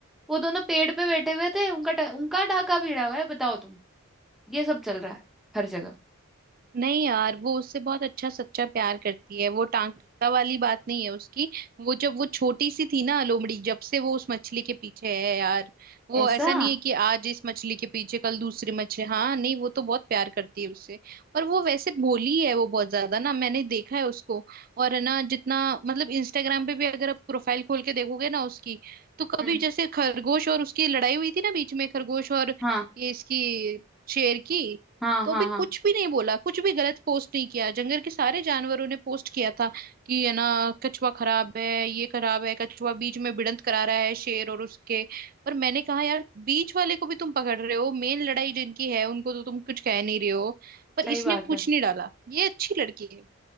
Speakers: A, in the centre; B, on the right.
A: वो दोनों पेड़ पे बैठे हुए थे उनका टा- उनका डाका भिड़ा हुआ है बताओ तुम ये सब चल रहा है हर जगह
B: नहीं यार वो उससे बहुत अच्छा सच्चा प्यार करती है वो टांका वाली बात नहीं है उसकी वो जब वो छोटी सी थी ना लोमड़ी जब से वो उस मछली के पीछे है यार वो
A: ऐसा
B: ऐसा नहीं है कि आज इस मछली के पीछे कल दूसरी मछली हाँ नहीं वो तो बहुत प्यार करती है उससे और वो वैसे भोली है वो बहुत ज्यादा ना मैंने देखा है उसको और है ना जितना मतलब इंस्टाग्राम पे भी अगर आप प्रोफाइल खोल के देखोगे ना उसकी तो कभी
A: हम्म
B: जैसे खरगोश और उसकी लड़ाई हुई थी ना बीच में खरगोश और
A: हाँ
B: ये इसकी शेर की
A: हाँ
B: तो
A: हाँ
B: भी कुछ
A: हाँ
B: भी नहीं बोला कुछ भी गलत पोस्ट नहीं किया जंगल के सारे जानवरों ने पोस्ट किया था कि है ना कछुआ खराब है ये खराब है कछुआ बीच में भिड़ंत करा रहा है शेर और उसके पर मैंने कहा यार बीच वाले को भी तुम पकड़ रहे हो मेन लड़ाई जिनकी है उनको तो तुम कुछ कह नहीं रहे हो पर
A: सही
B: इसने
A: बात
B: कुछ
A: है
B: नहीं डाला ये अच्छी लड़की है